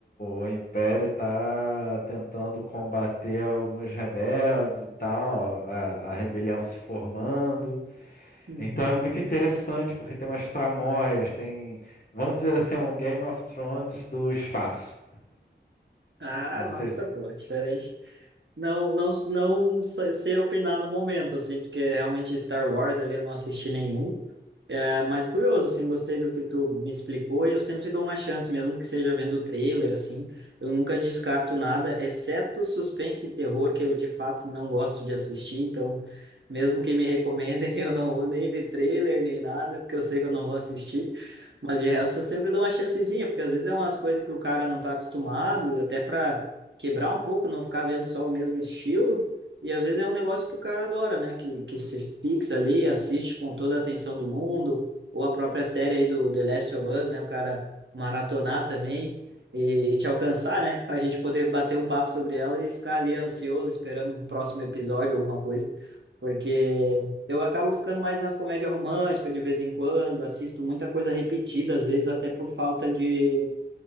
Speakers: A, on the left; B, on the right.
A: o Império está tentando combater alguns rebeldes e tal, a, a- a rebelião se formando.
B: Uhum.
A: Então é muito interessante, porque tem umas tramóias, tem, vamos dizer assim, é um Game of Thrones do espaço.
B: Ah,
A: Não
B: massa,
A: sei se...
B: pô, é diferente. Não, não, não sei sei opinar no momento, assim, porque realmente Star Wars ali eu não assisti nenhum. É, mas curioso, assim, gostei do que tu me explicou e eu sempre dou uma chance, mesmo que seja vendo o trailer, assim, eu nunca descarto nada, exceto suspense e terror, que eu de fato não gosto de assistir, então, mesmo que me recomendem, <laughs> eu não vou nem ver trailer nem nada, porque eu sei que eu não vou assistir, mas de resto eu sempre dou uma chancezinha, porque às vezes é umas coisas que o cara não tá acostumado, até para quebrar um pouco, não ficar vendo só o mesmo estilo, e às vezes é um negócio que o cara adora, né? Que, que se fixa ali, assiste com toda a atenção do mundo, ou a própria série aí do The Last of Us, né? O cara maratonar também e, e te alcançar, né? A gente poder bater um papo sobre ela e ficar ali ansioso, esperando um próximo episódio, alguma coisa. Porque eu acabo ficando mais nas comédias românticas de vez em quando, assisto muita coisa repetida, às vezes até por falta de